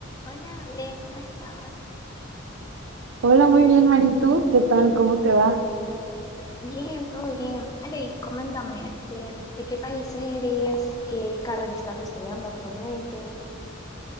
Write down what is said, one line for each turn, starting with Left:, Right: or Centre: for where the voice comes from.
Left: Hola Ale, ¿cómo estás?
Right: Hola, muy bien, Mari. qué tal? ¿Cómo te va?
Left: Bien, todo bien. Ale, y coméntame de, de qué país eres, qué carrera estás estudiando actualmente.